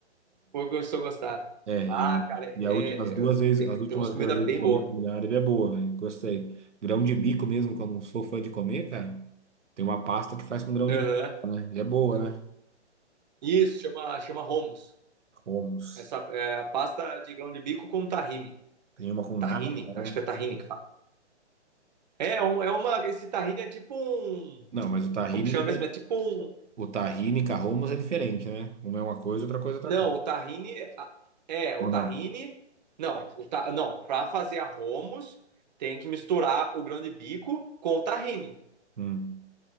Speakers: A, on the right; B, on the right.
A: Ou começou a gostar.
B: É,
A: Ah,
B: e,
A: cara, é,
B: e a última, as duas
A: é-
B: vezes,
A: tem,
B: as últimas
A: tem umas comidas
B: duas vezes
A: bem
B: que comi
A: boas.
B: comida árabe é boa, né? Gostei. Grão de bico mesmo, que eu não sou fã de comer, cara. Tem uma pasta que faz com grão
A: Aham.
B: de bico, né? E é boa, né?
A: Isso, chama, chama hummus.
B: Hummus.
A: Essa é a pasta de grão de bico com tahine.
B: Tem uma com
A: Tahine,
B: nata,
A: acho
B: né?
A: que é tahine que fala. É, um- é uma. Esse tahine é tipo um.
B: Não, mas o tahine,
A: Como que chama
B: né?
A: mesmo? É tipo um,
B: o tahine com a hummus é diferente, né? Uma é uma coisa, outra coisa é
A: Não,
B: outra coisa.
A: o tahine é
B: Ou
A: o tahine.
B: não?
A: Não, o ta, não, para fazer a hummus tem que misturar o grão de bico com o tahine,
B: Hum,